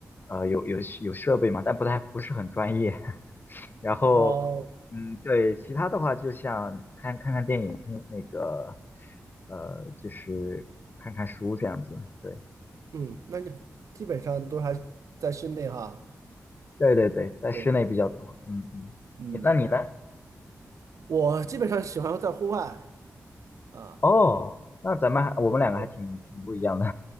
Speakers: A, on the left; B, on the right.
A: 呃，有有有设备嘛，但不太不是很专业。<laughs> 然后，
B: 哦，
A: 嗯，对，其他的话就像看看看电影，听那个，呃，就是看看书这样子。对，
B: 嗯，那你基本上都还在室内哈。
A: 对对对，在室内比较多。
B: 对
A: 嗯嗯，
B: 嗯，
A: 你那你呢？
B: 我基本上喜欢在户外啊，
A: 哦，那咱们还我们两个还挺挺不一样的。
B: 对，